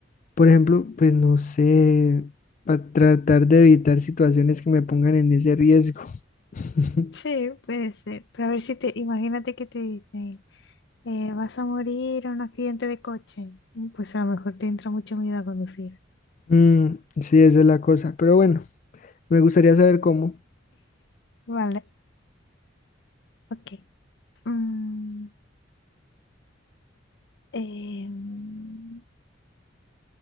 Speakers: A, on the left; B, on the left.
A: por ejemplo, pues no sé, para tratar de evitar situaciones que me pongan en ese riesgo. <laughs>
B: sí, puede ser. Pero a ver si te, imagínate que te dicen, eh, vas a morir en un accidente de coche. Mm, Pues a lo mejor te entra mucho miedo a conducir.
A: Mm, sí, esa es la cosa. Pero bueno. Me gustaría saber cómo.
B: Vale, ok. Mm, Em,